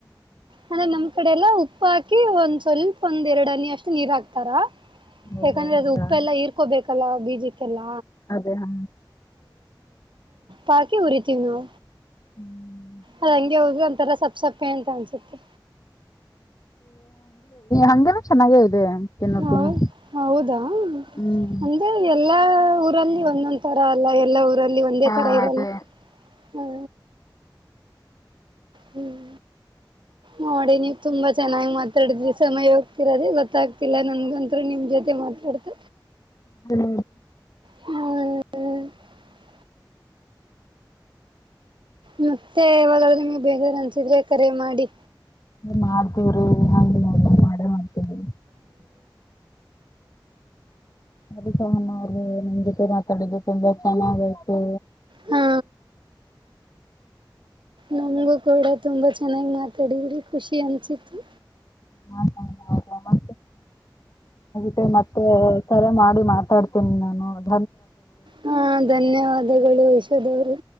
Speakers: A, on the right; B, on the left.
A: ಅಂದೆ ನಮ್ ಕಡೆ ಎಲ್ಲ ಉಪ್ಪ ಿ ಒಂದ್ ಸ್ವಲ್ಪ ಒಂದ್ ಎರಡು ಹನಿ ಅಷ್ಟು ನೀರ್ ಹಾಕ್ತಾರ
B: ಓಹೋ
A: ಯಾಕಂದ್ರೆ
B: ಹೌದಾ
A: ಅದು ಉಪ್ಪ ಎಲ್ಲಾ ಇರ್ಕೋಬೇಕು ಕಲ ಬಿಜ ಕೆಲ್ಲ
B: ಅದೇ ಹ
A: ಪಾಕಿ ಕುರಿತನ
B: ಹ್ಮ್
A: ಅದ ಹಂಗೆ ಹ್ರರು ಒಂತರ ಸಪ್ಪ ಸಪ್ಪೆ ಅಂತ ಅನ್ಸುತ್ತೆ
B: ಅಂಗ ಹೇನ ಚೆನ್ನಾಗೇ ಇದೆ ತಿನ್ನೋಕೇನು
A: ಹ ಹೌದಾ
B: ಹ್ಮ್
A: ಅಂದ್ರೆ ಎಲ್ಲಾಊ ಊರಲ್ಲಿ ಒಂದೊಂದ ತರ ಅಲ್ಲ ಎಲ್ಲ ಊರಲ್ಲಿ ಅಲ್ಲಿ ಒಂದೇ
B: ಹಾ
A: ತರ ಇರಲ್ಲ
B: ಅದೇ
A: ಹ್ಮ ಹ್ಮ್ ನೋಡಿ ನೀವು್ ತುಂಬಾ ಚೆನ್ನಾಗಿ್ ಮಾತಾಡಿದ್ರಿ ಸಮಯ ಹೋಗ್ತಿೀರದೆ ಗೊತ್ತಾಗ್ತಿಲ್ಲ ನನ್ಗಂರುೂ ನಿಮ್ ಜೊತೆ ಮಾತಾಡ್ತ
B: ಹದ
A: ಹ್ಮ ಮತ್ತೆವಲಾದ್ರಮ ಬೇಜಾರ ಅನ್ಸಿದ್ರೆ ಕರೆ ಮಾಡಿ
B: ಮಾಡ್ತವ್ರಿ ಹ ಮಾಡೇ ಮಾಡ್ತೇವ್ರಿ ಅದ ಸನ್ ಅವ್ರೆ ನಿಮ್ ಜೊತೆ ಮಾತಾಡಿದ ತುಂಬಾ ಚೆನ್ನಾಗಯತು
A: ಹಾ ನಮಗೂ ಕೂಡ ತುಂಬಾ ಚೆನ್ನಾಗಿ್ ಮಾತಾಡಿದ್ರಿ ಖುಷಿ ಅನ್ಸಿತ್ತು
B: ಹ ಹೆ ಮತ್ತೆ ಕರೆ ಮಾಡಿ ಮಾತಾಡ್ ಾನ
A: ಹಾ ಧನ್ಯವಾದಗಳು ವಿಷದವರು